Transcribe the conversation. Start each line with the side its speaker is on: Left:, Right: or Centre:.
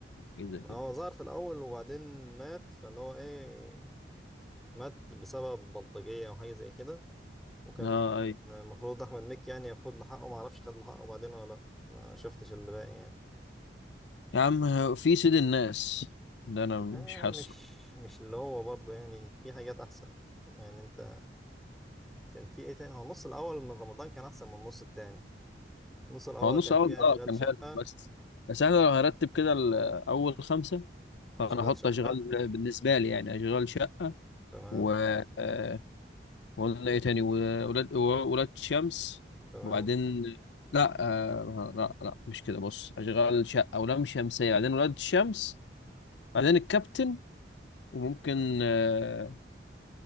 Left: إيه،
Centre: ما
Left: كده
Centre: هو ظهر في الأول وبعدين مات فاللي هو ايه مات بسبب بلطجية أو حاجة زي كده وكان
Left: اه اي
Centre: المفروض أحمد مكي يعني ياخد له حقه معرفش خد له حقه بعدين ولا لأ ما شفتش اللي باقي يعني
Left: يا عم هو في سيد الناس ده انا مش
Centre: آه
Left: حاسه
Centre: مش مش اللي هو برضه يعني في حاجات أحسن يعني أنت كان في ايه تاني هو النص الأول من رمضان كان أحسن من النص التاني النص الأول
Left: هو نص
Centre: كان
Left: عرض
Centre: فيه
Left: اه
Centre: أشغال
Left: كان
Centre: شقة
Left: حلو بس بس احنا لو هرتب كده ال- اول خمسه فانا
Centre: وأشغال
Left: احط
Centre: شقة
Left: اشغال بالنسبه لي يعني اشغال شقه
Centre: تمام
Left: و آه، وقلنا ايه تاني وولاد ولاد شمس
Centre: تمام
Left: وبعدين لا آه، لا لا مش كده بص اشغال شقه ولام شمسيه بعدين ولاد الشمس بعدين الكابتن وممكن آه،